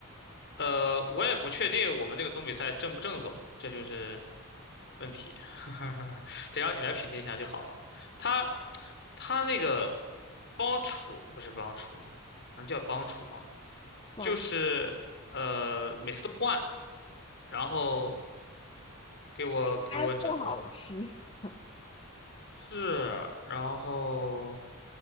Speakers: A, on the left; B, on the left.
A: 呃，我也不确定我们那个东北菜正不正宗，这就是问题。<laughs> 得让你来评定一下就好了。他他那个帮厨不是帮厨，能叫帮厨吗？
B: 短
A: 就是呃，每次都换，然后给我给我整的
B: 应该不好吃。<laughs>
A: 是，然后。